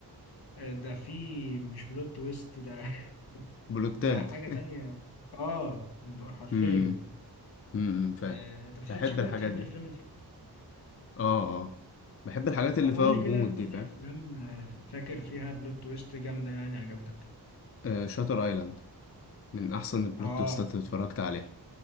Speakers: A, on the left; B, on the left.
A: آه، ده في مش بلوت تويست ده <laughs>
B: بلوتات
A: ده حاجة
B: <laughs>
A: تانية اه حرفيا
B: امم امم فاهم
A: آه، انت بتحب
B: بحب
A: شكلك
B: الحاجات
A: بتحب
B: دي
A: الافلام اللي فيها
B: اه اه بحب الحاجات اللي
A: طب
B: فيها
A: قول
B: غموض
A: لي كده قول
B: دي فاهم
A: لي افلام آه، فاكر فيها بلوت تويست جامدة يعني عجبتك
B: آه شاتر ايلاند من احسن البلوت
A: اه
B: تويستات اللي اتفرجت عليها